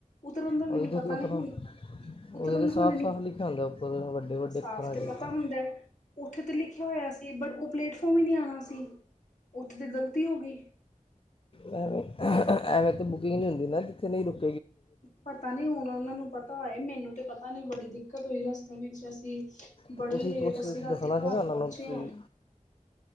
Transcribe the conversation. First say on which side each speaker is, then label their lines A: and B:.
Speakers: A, on the left (about 70°); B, on the left (about 40°).
A: ਉਤਰਨ ਦਾ
B: ਉਹਦੇ
A: ਮੈਨੂੰ ਪਤਾ
B: ਤੇ ਉਤਰਨਾ
A: ਨੀ ਹੁਣ ਉਤਰਨ
B: ਉਹਦੇ ਤੇ
A: ਦਾ
B: ਸਾਫ਼
A: ਹੁਣ ਮੈਨੂੰ
B: ਸਾਫ਼ ਲਿਖਿਆ ਹੁੰਦਾ ਉੱਪਰ ਵੱਡੇ ਵੱਡੇ
A: ਸਾਫ਼
B: ਅੱਖਰਾਂ
A: ਤੇ
B: 'ਚ
A: ਹੁੰਦਾ ਉੱਥੇ ਤੇ ਲਿਖਿਆ ਹੋਇਆ ਸੀ ਬ ਉਹ ਪਲੇਟਫਾਰਮ ਹੀ ਨਹੀਂ ਆਉਣਾ ਸੀ ਉੱਥੇ ਤੇ ਗ਼ਲਤੀ ਹੋ ਗਈ
B: ਐਵੇਂ ਐਵੇਂ ਤਾਂ ਬੁਕਿੰਗ ਨਹੀਂ ਹੁੰਦੀ ਨਾ ਜਿੱਥੇ ਨਹੀਂ ਰੁਕ
A: ਪਤਾ ਨੀ ਹੁਣ ਉਹਨਾਂ ਨੂੰ ਪਤਾ ਆਏ ਮੈਨੂੰ ਤੇ ਪਤਾ ਤਾ ਨਹੀਂ ਬੜੀ ਦਿੱਕਤ ਹੋਈ ਰਸਤੇ ਵਿੱਚ ਅਸੀਂ ਬੜੀ
B: ਤੇ ਤੁਸੀਂ
A: ਲੇਟ
B: ਕੁਛ
A: ਅਸੀਂ
B: ਦੱਸਣਾ
A: ਰਾਤੀ ਘਰ
B: ਸੀ ਨਾ ਉਹਨਾਂ
A: ਪਹੁੰਚੇ
B: ਨੂੰ ਤੁਸੀਂ
A: ਹਾਂ